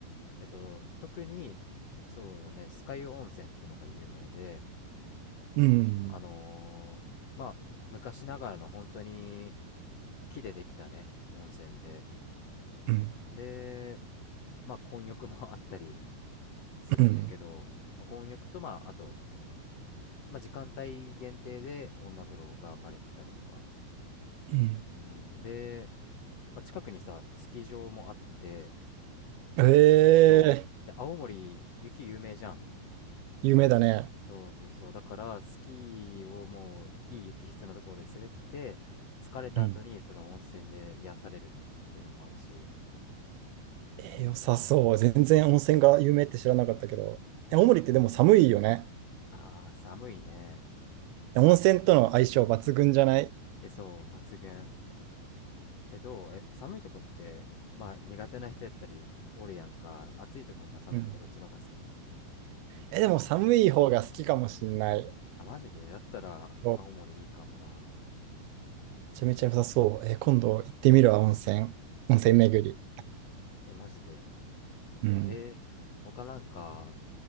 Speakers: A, on the left (about 75°); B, on the right (about 80°).
A: えっと、特に、そうだね、酸ヶ湯温泉ってのが有名で、
B: うん。
A: あのーまあ、昔ながらの本当に木でできたね、温泉で、
B: うん。
A: で、まあ、混浴も <laughs> あったりするんやけど、
B: うん。
A: まあ、混浴と、まあ、あと、まあ、時間帯限定で女風呂が分かれてたりとか、
B: うん。
A: うん、で、まあ、近くにさ、スキー場もあって、
B: えー、
A: そう。で、青森、雪有名じゃん。
B: 夢だね。
A: そうそうそう。だから、スキーをもう、いい雪質のところで滑って、疲れた後に、
B: うん
A: その温泉で癒されるとかっていうのもあるし、
B: えー良さそう。全然温泉が有名って知らなかったけど。え、青森ってでも寒いよね。
A: ああ、寒いね。
B: え温泉との相性抜群じゃない
A: え、そう、抜群。え、どうえ、寒いとこって、まあ、苦手な人やったり、おるやんか。暑いとこか寒いとこ、
B: うん。
A: どっちの方が好き
B: え、でも寒い方が好きかもしんない。
A: あ、マジでだったら、
B: おめ
A: 青森いいかもな。
B: ちゃめちゃ良さそう。え、今度行ってみるわ、温泉。温泉巡り。
A: え、マジで。そっか。
B: うん。
A: え他なんか、